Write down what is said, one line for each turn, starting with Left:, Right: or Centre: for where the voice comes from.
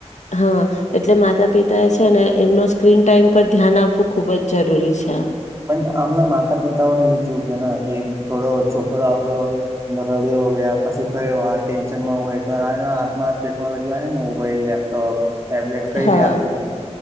Left: હા. એટલે માતા પિતા એ છે ને એમનો સ્ક્રીન ટાઈમ પર ધ્યાન આપવું ખુબ જ જરૂરી છે.
Right: પણ આમના માતા પિતાઓને ચીઓ કે કેમ થોડો છોક રો આપડો ન રડ્યો કે કશું થયુ હો ટેન્શન માં હોય તો એના હાથમાં ટેકનોલોજી હોય ને મોબાઈલ, લેપટોપ ટેબલેટ કઈ
Left: હા
Right: બી આપી દે.